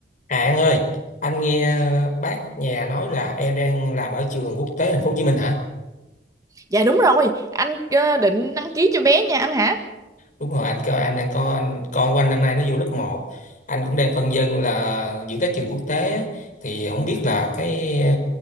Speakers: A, on the left (about 45°); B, on the right (about 20°).
A: À anh ơi, anh nghe ờ, bác nhà nói là em đang làm ở trường quốc tế thành phố Hồ Chí Minh hả?
B: Dạ đúng rồi, anh ờ, định đăng ký cho bé nhà anh hả?
A: Đúng rồi, anh kêu anh đang có anh, con của anh năm nay nó vô lớp một, Anh cũng đang phân vân là giữa các trường quốc tế á, thì không biết là cái ờ,